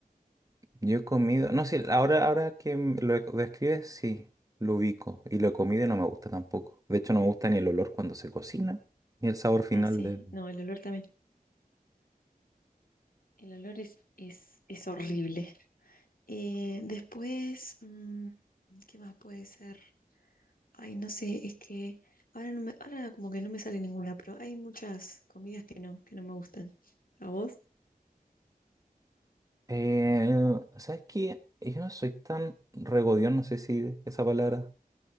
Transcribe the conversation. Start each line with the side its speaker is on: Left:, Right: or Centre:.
Right: Yo he comido, no, sí, ahora, ahora que m- lo describes, sí, lo ubico y lo he comido y no me gusta tampoco. De hecho, no me gusta ni el olor cuando se cocina, ni el sabor final
Left: Ah, sí,
Right: del...
Left: no, el olor también. El olor es, es, es horrible. Eh, después, mm, ¿qué más puede ser? Ay, no sé, es que ahora, no me- ahora como que no me sale ninguna, pero hay muchas comidas que no, que no me gustan. ¿A vos?
Right: Eh, ¿sabes qué? Yo no soy tan regodión, no sé si esa palabra